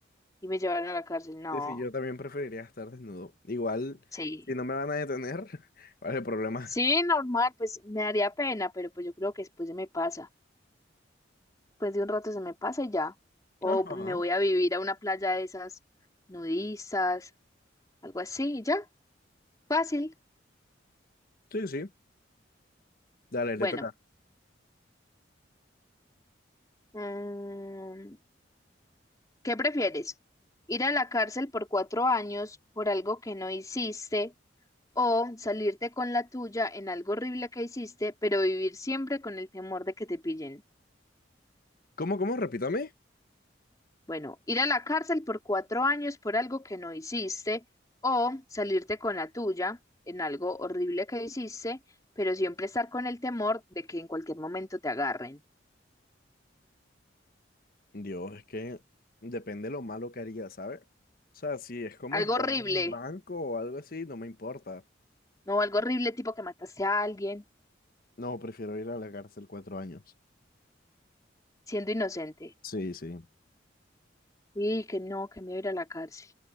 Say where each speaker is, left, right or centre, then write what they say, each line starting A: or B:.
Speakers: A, on the left; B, on the left.
A: y me llevan a la cárcel, no,
B: Sí, sí, yo también preferiría estar desnudo. Igual,
A: sí.
B: si no me van a detener, <laughs> ¿cuál es el problema?
A: Sí, normal, pues me daría pena, pero pues yo creo que después se me pasa. Después de un rato se me pasa y ya. O
B: Ajá.
A: me voy a vivir a una playa de esas nudistas, algo así, y ya, fácil.
B: Sí, sí. Dale,
A: Bueno.
B: le toca.
A: Mm, ¿qué prefieres? ¿Ir a la cárcel por cuatro años por algo que no hiciste o salirte con la tuya en algo horrible que hiciste, pero vivir siempre con el temor de que te pillen?
B: ¿Cómo, cómo? Repítame.
A: Bueno, ir a la cárcel por cuatro años por algo que no hiciste o salirte con la tuya en algo horrible que hiciste, pero siempre estar con el temor de que en cualquier momento te agarren.
B: Dios, es que depende lo malo que haría, ¿sabes? O sea, si es como
A: Algo
B: robar
A: horrible,
B: un banco o algo así, no me importa.
A: no algo horrible tipo que mataste a alguien
B: No, prefiero ir a la cárcel cuatro años.
A: siendo inocente.
B: Sí, sí.
A: Y que no, que me voy a ir a la cárcel.